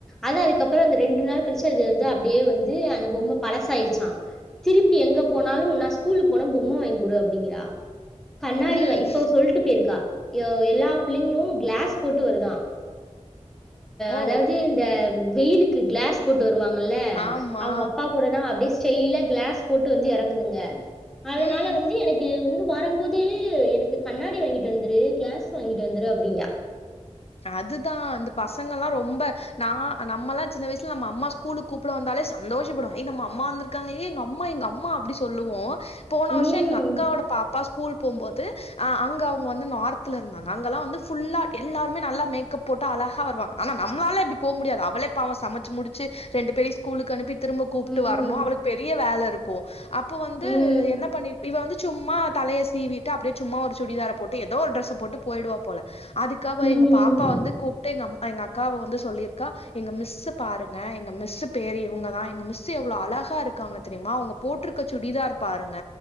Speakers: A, in the centre; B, on the left (about 55°).
A: அத அதுக்கப்பறம் அந்த ரெண்டு நாள் கழிச்சு அது வந்து அப்படியே வந்து அந்த பொம்மை பழசாயிடுச்சா திருப்பி எங்க போனாலும் நா ஸ்கூலு போனா பொம்ம வாங்கி கொடு அப்படிங்கிறா கண்ணாடிவ
B: ம்
A: இப்ப சொல்ட்டு போயிருக்கா எல்லா பிள்ளைங்களும் கிளாஸ் போட்டு வருதா
B: ஓ
A: அதாவது இந்த வெயிலுக்கு கிளாஸ் போட்டு வருவாங் கள
B: ஆமா
A: அவங்க அப்பா கூடனா அப்டி செய்லா கிளாஸ் போட்டு வந்து இறங்குதுங்க அதனால
B: ம்
A: வந்து எனக்கு வந்து வரும் போது எனக்கு கண்ணாடி வாங்கிட்டு வந்துரு கிளாஸ் வாங்கிட்டு வந்துரு அப்படிங்கா
B: அதுதா அந்த பசங்க எல்லாம் ரொம்ப நா நம்மல்லா சின்ன வயசுல நம்ம அம்மா ஸ்கூலுக்கு கூப்பிட வந்தாலே சந்தோஷப்படுவோ ஏய் நம்ம அம்மா வந்திருக்காங்க ஏய் எங்க அம்மா எங்க அம்மா அப்டி சொல்லுவோ போன
A: ம்
B: வருஷம் எங்க அக்காவோட பாப்பா ஸ்கூல் போகும்போது அங்க அவங்க வந்து நார்த்ல இருந்தாங்க அங்கெல்லாம் வந்து புல்லா எல்லாருமே நல்லா மேக்கப் போட்டு அழகா வருவாங்க ஆனா நம்ளால அப்படி போக முடியாது அவளே பாவம் சமைச்சு முடிச்சு ரெண்டு பேரயும் ஸ்கூலுக்கு அனுப்பிட்டு திரும்ப கூப்ட்டு
A: ம்
B: வரணும் அவளுக்கு பெரிய வேல இருக்கும் அப்போ வந்து
A: ம்
B: என்ன பண்ணி இவ வந்து சும்மா தலையை சீவிட்டு அப்படியே சும்மா ஒரு சுடிதாரை போட்டு எ எதோ ஒரு டிரெஸ்ஸ போட்டு போயிடுவா போல அதுக்கு அவ
A: ம்
B: எங்க பாப்பா வந்து கூப்ட்டு எங்க அம் எங்க அக்காவை வந்து சொல்லியிருக்கா எங்க மிஸ்ஸு பாருங்க எங்க மிஸ் பேரு இவங்கதான் எங்க மிஸ்எவ்வளவு அழகா இருக்காங்க தெரியுமா அவங்க போட்டிருக்க சுடிதார் பாருங்க